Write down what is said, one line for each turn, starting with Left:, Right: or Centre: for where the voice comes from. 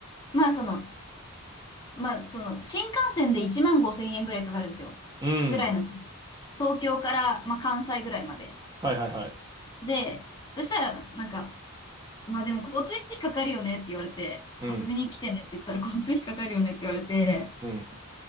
Left: まあ、その、まあ、その、新幹線で1万5千円ぐらいかかるんですよ。
Right: うん。
Left: ぐらいの、東京から、まあ、関西ぐらいまで。
Right: はいはいはい。
Left: で、そしたら、なんか、まあ、でも交通費かかるよねって言われて、
Right: うん。
Left: 遊びに来てねって言ったら交通費かかるよねって言われて、
Right: うん。